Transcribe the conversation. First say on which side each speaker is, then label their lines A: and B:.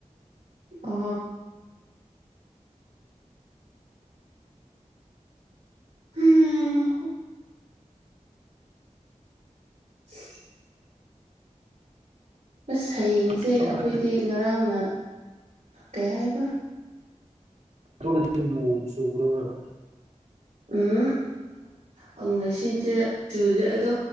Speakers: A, on the right; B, on the right.
A: ꯑ ꯎꯝ ꯍ ꯁꯌꯦꯡꯁꯦ
B: ꯑꯃꯨꯛ
A: ꯑꯩꯈꯣꯏꯗꯤ ꯉꯔꯥꯡꯅ ꯀꯩ ꯍꯥꯏꯕ
B: ꯑ ꯅꯣꯡ ꯆꯨꯕ꯭ꯔꯗ
A: ꯎꯝ ꯑ ꯉꯁꯤꯗꯤꯦ ꯆꯨꯗꯦ ꯑꯗꯣ